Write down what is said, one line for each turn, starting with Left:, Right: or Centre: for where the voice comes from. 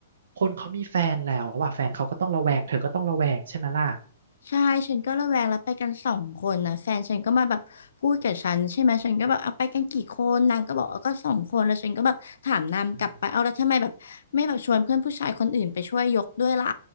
Right: คนเขามีแฟนแล้วว่ะแฟนเขาก็ต้องระแวงเธอก็ต้องระแวงใช่ไหมล่ะ
Left: ใช่ฉันก็ระแวงแล้วไปกันสองคนนะแฟนฉันก็มาแบบพูดกับฉันใช่ไหมฉันก็แบบเอาไปกันกี่คนนางก็บอกเอาก็สองคนแล้วฉันก็แบบถามนางกลับไปเอาแล้วทำไมแบบไม่แบบชวนเพื่อนผู้ชายคนอื่นไปช่วยยกด้วยล่ะ
Right: อืม